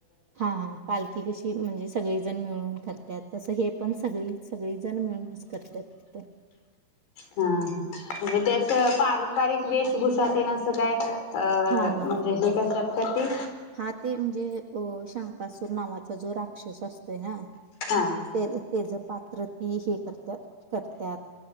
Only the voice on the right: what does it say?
हा हा पालखी कशी म्हणजे सगळी ण मिळून करत्यात तस, हे पण सगळी सगळी जण मिळूनच करत्यात तिथ.
हा हा
हा ते म्हणजे अ शंकासूर नावाचा जो राक्षस असतोय ना,
ते तेज पात्र ती हे करत्यात करत्यात